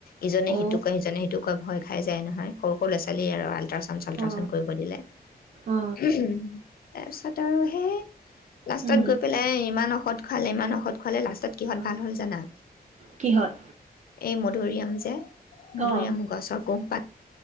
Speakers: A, on the left (about 65°); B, on the right (about 45°).
A: ইজনে
B: অ
A: সিটো কয় ইিজনে সিটো কয় ভয় উঠাই যায় নহয় সৰু সৰু ল'ৰা ছোৱালীয় আৰু আল আলট্ৰাচন চালট্ৰাচন
B: অ
A: কৰিব দিলে
B: অ
A: উহুম তাৰপিছত আৰু সেইয়ে লাষ্টত
B: উম
A: গৈ পেলাই ইমান ঔষধ খালে ইমান ঔষধ খালে লাষ্ট তাত কিহত
B: অ
A: ভাল হ'ল জানা
B: কিহত
A: এই মধুৰীআম যে মধুৰিআম
B: অ
A: গছৰ কোহ পাত